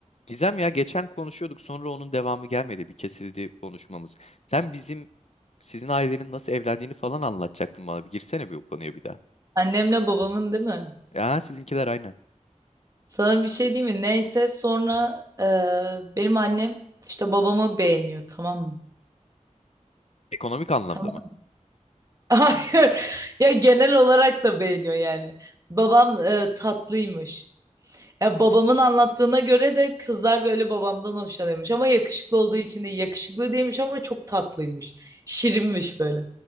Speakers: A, on the left; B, on the right.
A: Gizem ya geçen konuşuyorduk sonra onun devamı gelmedi bir kesildi konuşmamız. Sen bizim sizin ailenin nasıl evlendiğini falan anlatacaktın bana bir girsene bir o konuya bir daha.
B: Annemle babamın değil mi?
A: Ya sizinkiler aynen.
B: Sana bir şey diyeyim mi? Neyse sonra e, benim annem işte babamı beğeniyor tamam mı?
A: Ekonomik anlamda
B: Tamam.
A: mı?
B: <laughs> Hayır. Ya genel olarak da beğeniyor yani. Babam e, tatlıymış. Ya babamın anlattığına göre de kızlar böyle babamdan hoşlanıyormuş ama yakışıklı olduğu için değil. Yakışıklı değilmiş ama çok tatlıymış. Şirinmiş böyle.